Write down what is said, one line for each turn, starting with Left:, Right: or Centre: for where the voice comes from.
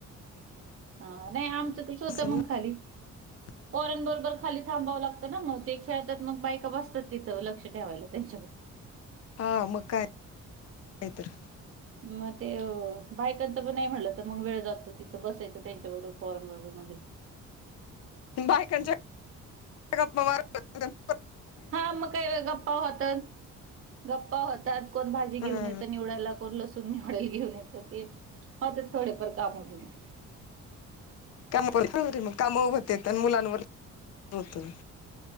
Right: हा नाई आमचं कस
Left: असेल
Right: होत मंग खाली
Left: <inaudible>
Right: पोरांन बरोबर खाली थांबावं लागतं ना, मग ते खेळातात मग बायका बसतात तिथं लक्ष ठेवायला त्यांच्याक
Left: हा मग काय काय तर
Right: म ते बायकांच पण नाही म्हणलं तर मग वेळ जातो, तिथं बसायचं त्यांच्याबरोबर पोरांन बरोबर मधे
Left: बायकांच्या गप्पा मार <unintelligible>
Right: हा मग काही अ गप्पा होतात. गप्पा होतात, कोण भाजी घेऊन
Left: हा
Right: येतं निवडायला, कोण लसूण निवडायला घेऊन येतं ते हा ते थोडेफार काम <unintelligible>
Left: काम <unintelligible> काम होत्यात अन मुलांवर <unintelligible> होतय